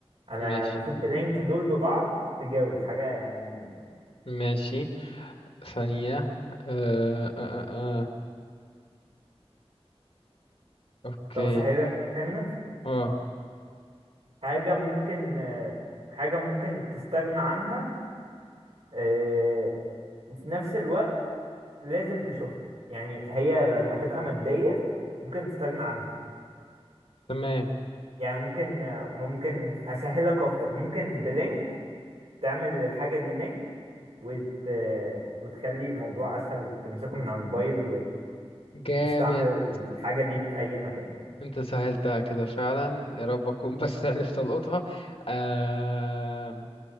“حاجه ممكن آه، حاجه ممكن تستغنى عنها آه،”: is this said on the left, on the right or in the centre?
Right